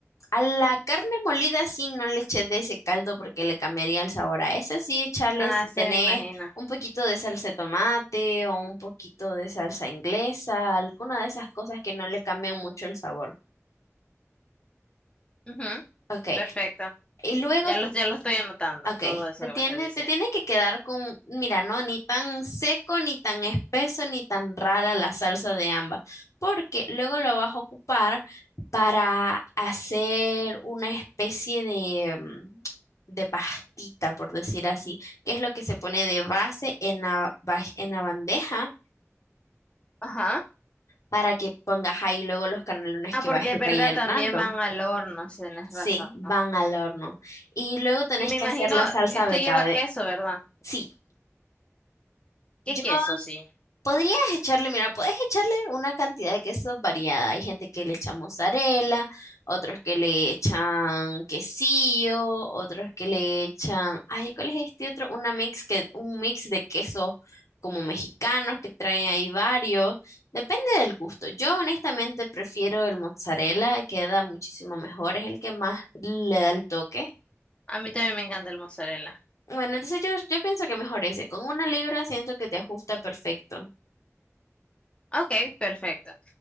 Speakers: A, on the left (about 80°); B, on the left (about 20°).
A: A la carne molida sí no le eches de ese caldo porque le cambiaría el sabor. A esa sí échale
B: Ah,
A: si
B: se
A: tenés
B: me imagina.
A: un poquito de salsa de tomate o un poquito de salsa inglesa, alguna de esas cosas que no le cambian mucho el sabor.
B: Ujú,
A: Ok.
B: perfecto.
A: Y luego
B: Ya
A: te
B: lo, ya lo estoy anotando,
A: Ok,
B: todo eso
A: te
B: que
A: tiene,
B: me estás diciendo.
A: te tiene que quedar con, mira, no, ni tan seco, ni tan espeso, ni tan rara la salsa de ambas, porque luego lo vas a ocupar para hacer una especie de, mm, de pastita, por decir así, que es lo que se pone de base en la, ba- en la bandeja
B: Ajá.
A: para que pongas ahí luego los canelones
B: Ah,
A: que
B: porque
A: vas a ir
B: es verdad,
A: rellenando.
B: también van al horno, si tenés
A: Sí,
B: razón.
A: van al horno. Y luego tenés
B: Y me
A: que
B: imagino,
A: hacer la salsa
B: esto
A: betabe.
B: lleva queso, ¿verdad?
A: Sí.
B: ¿Qué
A: Yo
B: queso? Sí.
A: Podrías echarle, mira, puedes echarle una cantidad de queso variada. Hay gente que le echa mozzarella, otros que le echan quesillo, otros que le echan, ay, ¿cuál es este otro? Una mix que, un mix de quesos como mexicanos que traen ahí varios. Depende del gusto. Yo honestamente prefiero el mozzarella, queda muchísimo mejor, es el que más le da el toque.
B: A mí también me encanta el mozzarella.
A: Bueno, entonces yo, yo pienso que mejor ese. Con una libra siento que te ajusta perfecto.
B: Ok, perfecto.